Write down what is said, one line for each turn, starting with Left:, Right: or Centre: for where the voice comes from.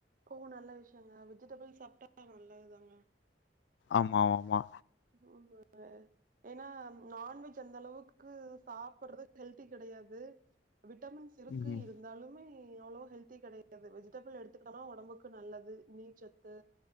Right: கோ நல்ல விஷயங்க வெஜிடபிள் சாப்ட்டா நல்லதுதாங்க
Left: ஆமா ஆமா
Right: <unintelligible> ங்க ஏனா நான்வெஜ் அந்தளவுக்கு சாப்பட்றது ஹெல்தி கெடயாது விட்டமின்ஸ் இருக்கு
Left: ம்,
Right: இருந் தாலுமே அவ்ளோ ஹெல்தி கெடயாது வெஜிடபிள் எடுத்துக்கிட்டனா ஒடம்புக்கு நல்லது நீர்ச்சத்து